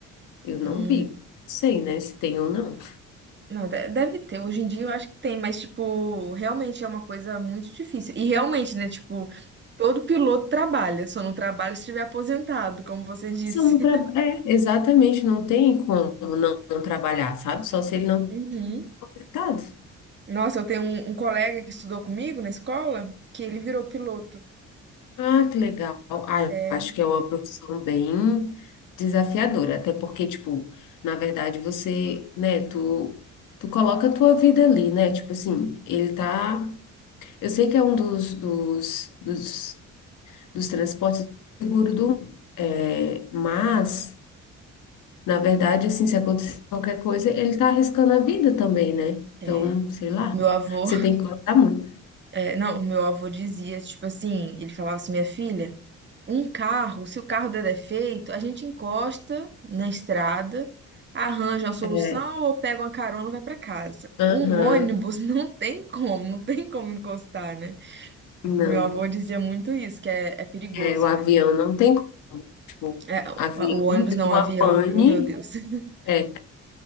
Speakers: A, on the left (about 85°); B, on the right (about 35°).
A: eu não
B: Hum,
A: vi. Não sei, né, se tem ou não.
B: não, de- deve ter. Hoje em dia eu acho que tem, mas, tipo, realmente é uma coisa muito difícil. E realmente, né? Tipo, todo piloto trabalha, só não trabalha se estiver aposentado, como você disse.
A: Se eu não
B: <laughs>
A: tra... É, exatamente, não tem como não, não trabalhar, sabe? Só se ele não
B: Uhum.
A: for contratado.
B: Nossa, eu tenho um, um colega que estudou comigo na escola, que ele virou piloto.
A: Ah, que legal. Ah, eu
B: É,
A: acho que é uma profissão bem desafiadora, até porque, tipo, na verdade você, né, tu, tu coloca a tua vida ali, né? Tipo assim, ele tá. Eu sei que é um dos, dos, dos, dos transportes seguros do mundo, é, mas, na verdade, assim, se acontecer qualquer coisa, ele tá arriscando a vida também, né?
B: é.
A: Então, sei lá,
B: Meu avô.
A: você tem que cortar muito.
B: É, não, o meu avô dizia, tipo assim, ele falava assim, minha filha, um carro, se o carro der defeito, a gente encosta na estrada, arranja uma solução
A: É,
B: ou pega uma carona e vai pra casa.
A: aham,
B: Um ônibus <laughs> não tem como, não tem como encostar, né?
A: não.
B: Meu avô dizia muito isso, que é, é perigoso,
A: É, o avião
B: né?
A: não tem O
B: É, o,
A: avião
B: o ônibus
A: deu
B: não, o avião.
A: a pane.
B: Oh, meu Deus. <laughs>
A: É,